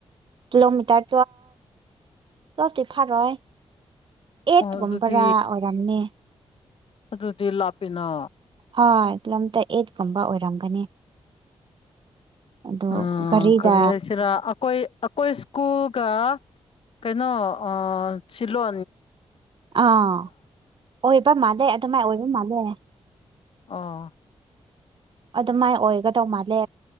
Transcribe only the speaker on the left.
ꯑꯣ ꯑꯗꯨꯗꯤ
ꯑꯗꯨꯗꯤ ꯂꯥꯞꯄꯤꯅꯣ
ꯎꯝ
ꯀꯔꯤ ꯍꯥꯏꯁꯤꯔꯥ ꯑꯩꯈꯣꯏ ꯑꯩꯈꯣꯏ ꯁ꯭ꯀꯨꯜꯒ ꯀꯩꯅꯣ ꯑ ꯁꯤꯣ
ꯑꯥ